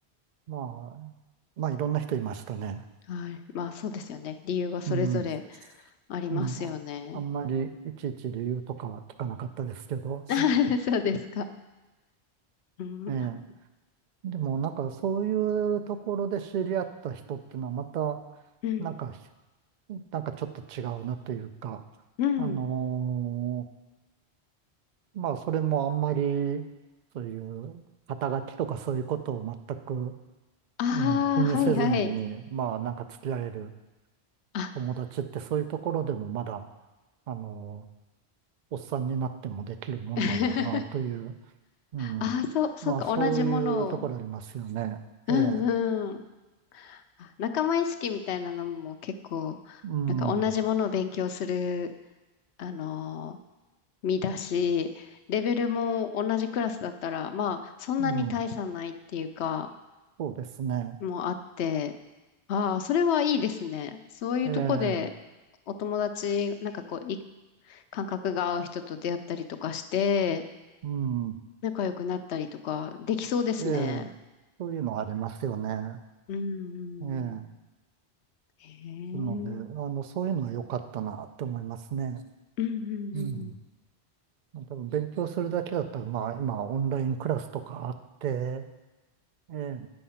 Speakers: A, on the right (about 50°); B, on the left (about 80°).
A: まあ、まあ、いろんな人いましたね。
B: はい。まあそうですよね。理由はそれぞれ
A: うん、
B: ありますよね。
A: うん。あんまりいちいち理由とかは聞かなかったですけど、
B: <laughs> そうですか。うん。
A: ええ。
B: あ
A: でも、なんか、そういうところで知り合った人っていうのは、また、
B: うん
A: なんか、なんかちょっと違うなっていうか、
B: うん。
A: あのーまあ、それもあんまり、そういう、肩書きとかそういうことを全く、
B: あ
A: うん、気にせずに、
B: あ、はいはい。
A: まあ、なんか付き合える
B: あ、
A: 友達って、そういうところでもまだ、あのーおっさんになってもできるもんなんだなという、
B: <laughs>
A: うん。
B: ああそう、そうか、
A: まあ、そういうところありますよね。
B: 同じものを。うんうん。
A: ええ、
B: あ仲間意識みたいなのも結構、
A: うん、
B: なんか同じものを勉強する、
A: う
B: あのー身だし、レベルも同じクラスだったら、まあ、そんなに大差ないっていうか、
A: ん、そうですね。
B: もあって、ああ、それはいいですね。そういうとこで、
A: ええ、
B: お友達、なんかこう、い感覚が合う人と出会ったりとかして、
A: うん、
B: 仲良くなったりとか、できそうですね。
A: ええ、そういうのありますよね。
B: うん、う
A: ええ、な
B: ん。へえ。
A: ので、あの、そういうのは良かったなって思いますね。
B: うん、うん、
A: うん。
B: うん。
A: 多分勉強するだけだったら、まあ、今、オンラインクラスとかあって、ええ、